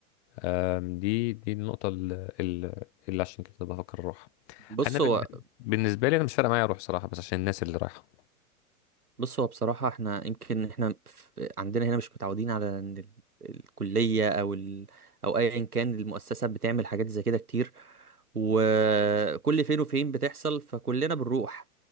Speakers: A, on the left; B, on the right.
A: آم، دي دي النقطه ال- ال- اللي عشان كده بفكر اروح
B: بص
A: انا بال-
B: هو
A: بالنسبه لي انا مش فارقه معايا اروح صراحه بس عشان الناس اللي رايحه
B: بص هو بصراحة احنا يمكن احنا في- عندنا هنا مش متعودين على ان ال- الكلية او ال او ايا كان المؤسسة بتعمل حاجات زي كده كتير وكل فين وفين بتحصل فكلنا بنروح